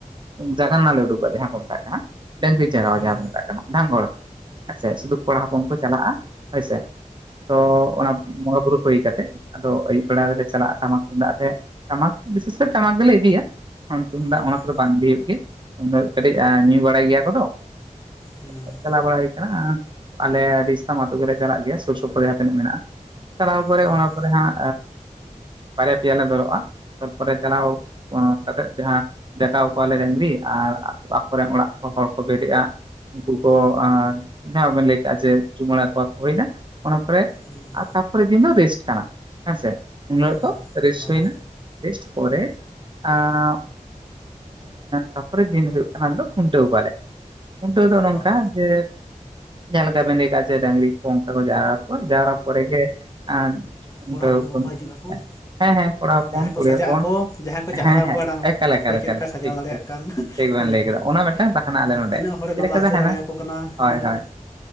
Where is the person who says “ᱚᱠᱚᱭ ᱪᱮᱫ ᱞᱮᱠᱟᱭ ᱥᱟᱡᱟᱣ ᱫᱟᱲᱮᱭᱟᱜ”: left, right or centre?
Left